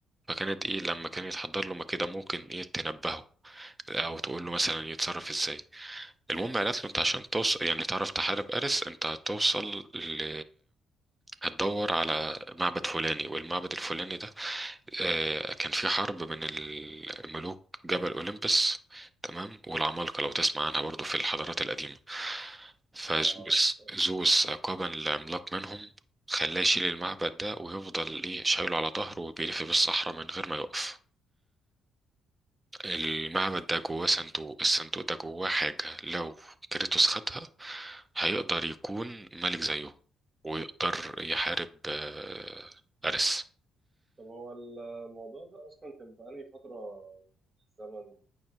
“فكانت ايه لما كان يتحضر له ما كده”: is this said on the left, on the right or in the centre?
Right